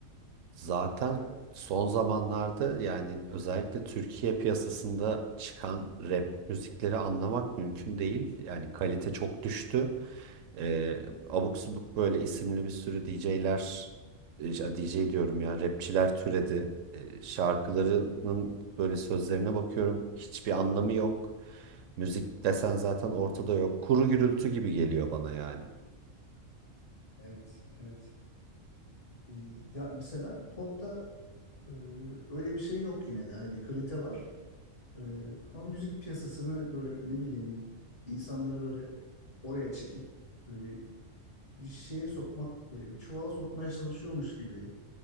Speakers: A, on the right; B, on the left.
A: Zaten
B: Ya,
A: son zamanlarda yani özellikle Türkiye piyasasında çıkan rap müzikleri anlamak mümkün değil. Yani kalite çok düştü. Ee, abuk subuk böyle isimli bir sürü DJ'ler, e, ş- DJ diyorum ya rapçiler türedi. Ee, şarkılarının böyle sözlerine bakıyorum hiçbir anlamı yok. Müzik desen zaten ortada yok. Kuru gürültü gibi geliyor bana yani.
B: evet, evet. Ee, Ya mesela popta e, öyle bir şey yok yine de. Hani bir kalite var. Ee, ama müzik piyasasını böyle ne bileyim insanları böyle oraya çekip böyle bir şeye sokmak, böyle bir çuvala sokmaya çalışıyormuş gibi